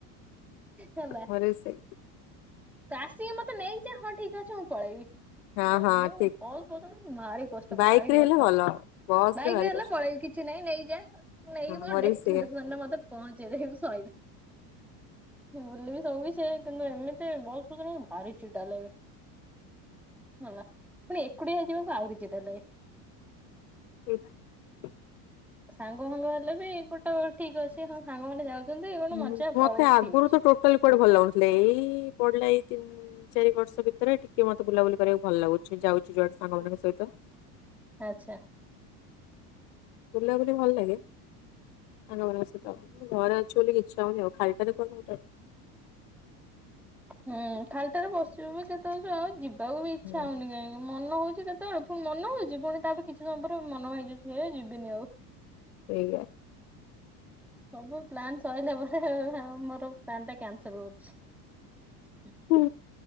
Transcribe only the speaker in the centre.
ହେଲା
ତ ଆସିକି ମତେ ନେଇଚ ହଁ ଠିକ ଅଛି ମୁଁ ପଳେଇବି।
ହେଲା
ମୁଁ
ବସ ଗଲେ ଭାରି କଷ୍ଟ
ଭାରି
କଷ୍ଟ
ବାଇକରେ
ହେଲେ
ପଳେଇ କିଛି ନାଇଁ ନେଇଯା ନେଇକି
ମୋ
ଡେଷ୍ଟିନେସନରେ
ମତେ ପହଞ୍ଚେଇଦେ ଶଇଲ ବୁଲିବି ସବ କିିଛି କିନ୍ତୁ ଏମିତି ବସରେ ଗଲେ ଭାରି ଚିଟା ଲାଗେ। ହଁବା ଖଲି ଏକୁଟିଆ ଯିବାକୁ ଆହୁରି ଚିଡା ଲାଗେ।
ସାଙ୍ଗ ଫାଙ୍ଗ ହେଲେ ବି ପେଟ ଠିକ ଅଛି ହଁ ସାଙ୍ଗ ମାନେ ଯାଉ ଚନ୍ତି ଏଇ କଣ
ମଜା ପଳେଇବି
ଠିକ୍ ଅଛି।
ଆଛା।
ହୁଁ ଖାଲିଟାରେ ବସିବ ବି କେତେଛୁ ଆଉ ଯିବାକୁ ବି ଇଚ୍ଛା
ହଉନି କାହିଁକି ମନ ହଉଚି କେତ୍ ତର ଫୁଣି ମନ ହଉଚି ପୁଣି ତାପରେ କିଛି ସମୟ ପରେ ମନ ଭାଙ୍ଗିଯାଉଚି ଏ ଯିବିନି ଆଉ।
ସବୁ ପ୍ଲାନ୍ ସଇଲା ପରେ ଆଉ ମୋର ପ୍ଲାନ୍ ଟା କ୍ୟାନସଲ୍ କରୁଛି। ହ